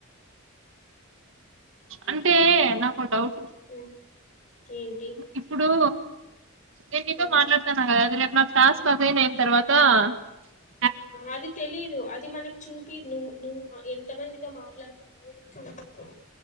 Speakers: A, on the right; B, on the left.
A: అంటే నాకొ డౌట్
B: హ్మ్ ఏంటి
A: ఇప్పుడు ఇప్పుడు నేను నితో
B: హ్మ్
A: మాట్లాడతానగదా రేపు మన టాస్క్ అదే నైన్ తరువాత త
B: అది తెలీదు అది మనకు చూపిరు నువ్ నువ్వు మా ఎంత మందితో మాట్లాడినావు అనేది చూసిండవ్